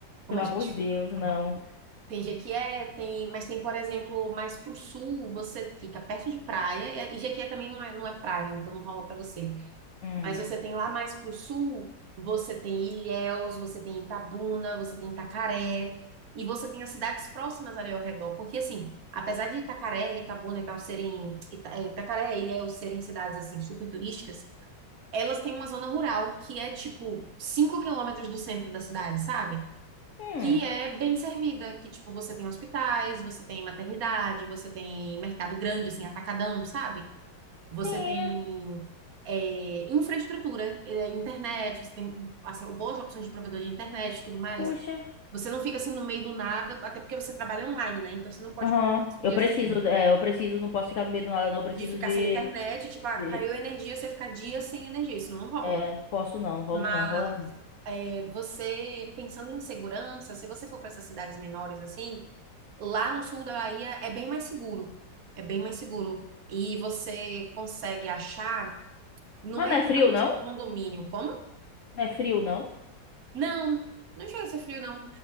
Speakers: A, on the right; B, on the left.
A: Como
B: Pelo
A: a
B: amor
A: gente
B: de Deus,
A: <laughs>
B: não.
A: tem Jequié, tem, mas tem, por exemplo, mais pro sul, você fica perto de praia, e e Jequié também não é, não é praia, então não rola pra você.
B: Hum.
A: Mas você tem lá mais para o sul, você tem Ilhéus, você tem Itabuna, você tem Itacaré, e você tem as cidades próximas ali ao redor. Porque, assim, apesar de Itacaré, Itabuna e tal serem. Ita- eh, Itacaré e Ilhéus serem cidades, assim, super turísticas, elas têm uma zona rural que é, tipo, 5 quilômetros do centro da cidade, sabe?
B: Hum.
A: Que é bem servida, que, tipo, você tem hospitais, você tem maternidade, você tem mercado grande, assim, atacadão, sabe? Você
B: Sim,
A: tem é, infraestrutura, é, internet, você tem assim, boas opções de provedor de internet e tudo mais.
B: puxa.
A: Você não fica assim no meio do nada, até porque você trabalha online, né? Então você não pode
B: Aham.
A: se
B: Eu
A: pedir
B: preciso,
A: assim
B: é, eu preciso, não posso ficar no meio do nada, não. Eu preciso
A: de ficar
B: de,
A: sem internet, tipo, ah,
B: de-
A: caiu a energia, você fica dias sem energia, isso não rola.
B: é, posso não, não rolo
A: Mas
B: não, rola não.
A: é, você pensando em segurança, se você for para essas cidades menores assim, lá no sul da Bahia é bem mais seguro. É bem mais seguro. E você consegue achar Não
B: Mas
A: é
B: não é
A: exatamente
B: frio, não?
A: um condomínio. Como?
B: Não é frio, não?
A: Não, não chega a ser frio, não.